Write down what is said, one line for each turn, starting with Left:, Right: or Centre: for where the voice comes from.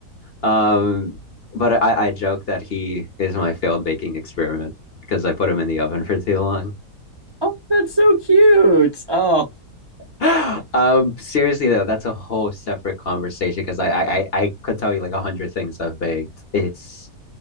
Left: Um, but I I joke that he is my failed baking experiment because I put him in the oven for too long.
Right: Oh, that's so cute. Oh.
Left: <gasps> <laughs> Um, seriously though, that's a whole separate conversation because I, I I I could tell you like a hundred things I've baked. It's